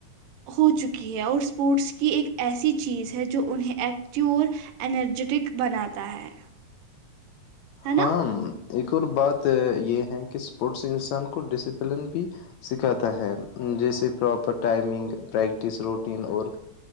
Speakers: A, on the right (about 85°); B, on the left (about 75°).
A: ہو چکی ہے اور اسپورٹس کی ایک ایسی چیز ہے جو انہیں ایکٹیو اور انرجیٹک بناتا ہے ہے نا
B: ہاں ایک اور بات یہ ہے کہ اسپورٹس انسان کو ڈسپلن بھی سکھاتا ہے جیسے پراپر ٹائمنگ پریکٹس روٹین اور